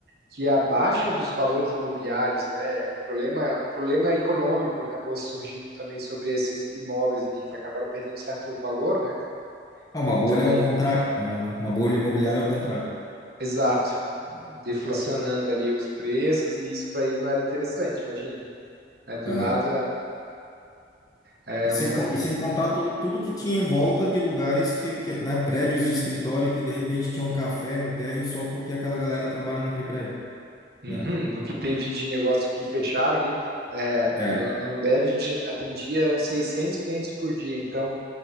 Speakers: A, on the right; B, on the left.
A: que a baixa dos valores imobiliários, né, um problema, um problema econômico acabou surgindo também sobre esses imóveis ali que acabaram perdendo certo valor, né?
B: Ah, uma
A: E
B: bolha
A: também,
B: é o contrário, na real, né? Uma bolha imobiliária é o contrário.
A: exato, deflacionando ali os preços e isso para eles não era interessante, imagina, né? Do
B: Aham.
A: nada, é,
B: E sem,
A: uma,
B: con- e sem contar to- tudo que tinha em volta de lugares que, que, né, prédios de escritório que de repente tinha um café no térreo só porque aquela galera trabalha naquele prédio,
A: uhum,
B: né?
A: do que teve de negócio que fecharam ali, é,
B: É,
A: no, na Ambev a gente atendia uns 600 clientes por dia, então